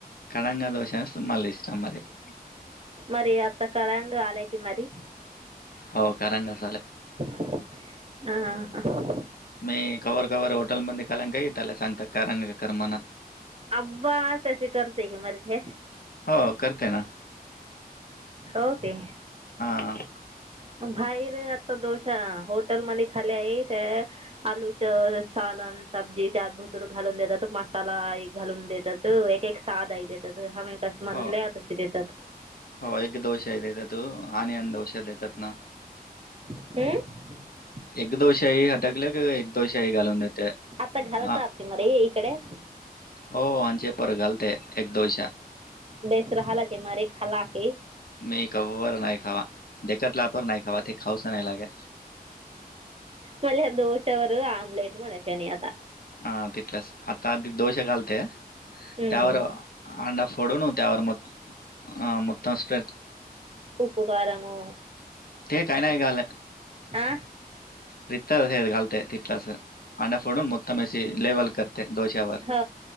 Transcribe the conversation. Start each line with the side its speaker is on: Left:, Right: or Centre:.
Left: कडंगा दोश असं मला इस्म मरी <unintelligible>
Right: मरी अता कलांग आलेय क मरी
Left: हो करंग मसाले
Right: ह ह ह.
Left: मी कव्ह कवर होटेलमध्ये खालन काही त्याला सांगता का गं करमणा.
Right: अबा तसे करतेय की मरते
Left: हो, करते ना.
Right: होते.
Left: हा हा.
Right: बाहेर आता दोश होटेलमध्ये खाले आहेत. आलूच सालान सब्जी त्यात भुतूर घालून देतात. मसाला घालून देतात एक एक साद देतात ह. कसे म्हनले
Left: हो
Right: तसे देतात.
Left: हो एक दोश आहे देत तू आणि अ दोष देतात ना.
Right: हम
Left: एक दोशाही आटकल्या कि एक दोशाही घालून देते
Right: आता
Left: हा.
Right: घालतात मरे इकडे.
Left: हो आचे पर घालते एक दोषा
Right: बेस रहाला के मारे खहलाके.
Left: मी कवर नाही खावा कत लापर नाही खावा ते खाऊसं नाही लागे.
Right: मला या दोश्यावर आमलेट म्हणायच्यानी आता.
Left: हा तिथलंच आता आधी दोष घालते.
Right: हम्म
Left: त्यावर अंडा फोडून त्यावर मतम स्प्रे.
Right: उपकारामु
Left: ते काही नाही घालत.
Right: ह
Left: तिथं हे घालते. तिथलास अंडा फोडून मोतमेशी लेवल करते दोश्यावर.
Right: ह